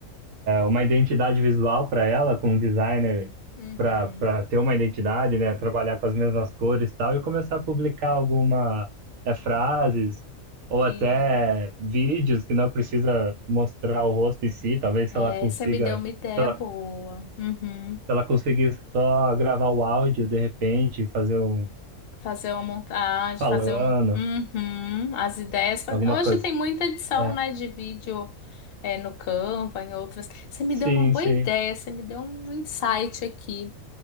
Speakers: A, on the right (about 70°); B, on the left (about 55°).
A: uma identidade visual para ela, com um designer
B: uhum.
A: para ter uma identidade, né? Trabalhar com as mesmas cores e tal, e começar a publicar alguma é, frases ou até
B: Sim.
A: vídeos que não precisa mostrar o rosto em si, talvez
B: É,
A: se ela consiga,
B: você me deu uma ideia
A: se ela,
B: boa.
A: se
B: Uhum.
A: ela conseguir só gravar o áudio de repente, fazer um
B: Fazer uma montagem,
A: falando,
B: fazer um. Uhum, as ideias. fa-
A: alguma
B: Hoje
A: coisa.
B: tem muita edição,
A: É,
B: né, de vídeo é, no Canva, em outras. Você me
A: sim,
B: deu uma boa
A: sim.
B: ideia, você me deu um insight aqui,